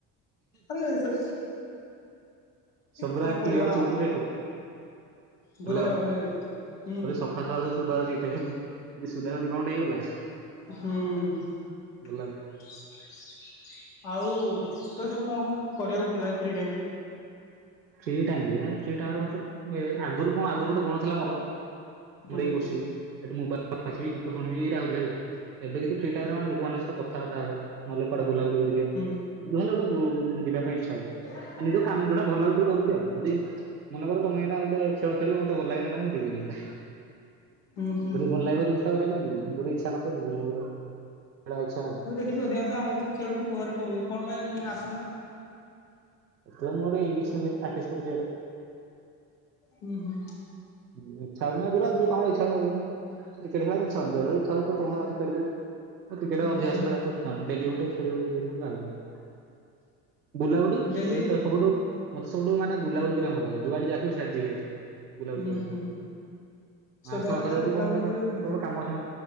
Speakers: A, on the left (about 60°); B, on the right (about 85°).
A: ଆରେ ସେ
B: ସବୁୁରା
A: କଣ କରିବା
B: କ୍ଲିୟର
A: ଆଉ
B: ଶୁଭୁଚି ଏଠି।
A: ଭୁଲ
B: ହାଲୋ
A: ହେଇଗଲା ଭୁଲ ହେଇଗଲା ହୁଁ
B: ପୁରା ସଫାସଫା ସବୁ ଶୁବାଉଚି ଏଠି। ଯଦି ସୋଦା ସୋଦୀ କଣଟେ ହେଇଗଲା।
A: ହୁଁ।
B: ଗଲା
A: <inaudible> ଆଉ ତତେ ସବୁ କଣ କଣ କରିବାକୁ ଭଲ ଲାଗେ ଫ୍ରି ଟାଇମ୍ ରେ?
B: ଫ୍ରି ଟାଇମ୍ ରେ ଫ୍ରି ଟାଇମ୍ ରେ ମତେ ଏ ଆଗରୁ କଣ ଆଗରୁ ଗୋଟେ ଗୁଣ ଥିଲା ମୋର
A: ହୁଁ
B: ଘରେ ବସିବି ହେଟୁ ମୋ <inaudible> ଗୀତ ଶୁଣିବି ଏଇରା କରୁଥିଲି ହେଲା ଏବେ କିନ୍ତୁ ଫ୍ରି ଟାଇମ୍ ରେ ମାନେ କୁ ସହିତ କଥାବାର୍ତ୍ତା ହେବା ନହେଲେ କୁଆଡେ ବୁଲାବୁଲି କରିିଯିବା
A: ହୁଁ
B: ଯାହା ହେଲେ ଗୋଟେ ବୁ-ବୁଲି ଜିବା ପାଇଁ ଇଚ୍ଛା ହବ।
A: ହଁ।
B: କାମ୍ ଯୋଉଟା ଭଲ ଲାଗୁଚି ସେଟା କରୁଚି ଆଉ କରୁଚି ଆଉ ଯଦି ମନେ କର ତମେ ଏଇନା ଗୋଟେ ଖେଳ ଖେଳିବ ମୋତେ ଭଲ ଲାଗିଲେ ହେଟା ମୁଁ ଯିବିନି ହେଟା।
A: ଉଁ ହୁଁ
B: ଯଦି ଭଲ ଲାଗିବ ଜିନିଷଟା କରିବାକୁ ଯିବି ଯଦି ଇଚ୍ଛା ନଥିବ ଯିବିନି ମୂଳରୁ ଆଉ। ଏଟା ଇଚ୍ଛା ଆଉ।
A: କିଛି ଅଧିକାଂଶ ଆମେ ଯେତେବେଳେ ଖେଳୁଚୁ ଘରେ ତ ବ <unintelligible> କଣ ପାଇଁ ଆସୁନା?
B: ସେତେବେଳେ ମୁଁ ଗୋଟେ ଇଂଲିଶ ଫିଂଲିଶ ପ୍ରାଟିସ୍ କରୁଚି ଇଆଡେ।
A: ହୁଁ ହୁଁ।
B: ହୁଁ ଇଚ୍ଛା ହୋଉନି ଆଉ ଯୋଉଟା ଯୋଉ କାମଟା ଇଚ୍ଛା ହୋଉଥିବ କରିବୁ ନା କ୍ରିକେଟ୍ ଖେଳିବାକୁ ଇଚ୍ଛା
A: ଉଁ
B: ହୋଉନି
A: ହୁଁ
B: ବେଳେ ବେଳେ ଇଚ୍ଛା ହୋଉଚି ମୁଁ ତମେ ସାଥେ ଖେଳି ଦୋଉଚି ମୁଁ କ୍ରିକେଟ
A: ଉଁ
B: ଅଧିକାଂଶ
A: ହୁଁ
B: ଖେଳଯାଉଚି। ସ ଡେଲି ଗୋଟେ ଖେଳିବାକୁ <inaudible> ବାଗ ଲାଗୁନି ବୁଲାବୁଡି ମତେ
A: ଡେଲି
B: ତ ସବୁଠୁ ମତେ ସବୁଠୁ ମାନେ ବୁଲାବୁଲି କରିବାକୁ ଭଲ ଲାଗେ ଯୁଆଡେ ଡାକିବୁ ସିଆଡେ ଯିବିହାରି ବୁଲାବୁଲି
A: ଉୁଁ
B: କରି। <inaudible> ମୋ
A: ହୁଁ ସଦାବେଳେ
B: ଆଖପାଖରେ
A: ତାହେଲେ
B: ଯଦି
A: ବୁଲାବୁଲି
B: କଣ ଗୋଟେ କାମ
A: କରିବାକୁ ଭଲ
B: ଛୋଟ
A: ଲାଗେ।
B: ବଡ କାମ ଅଛି ମ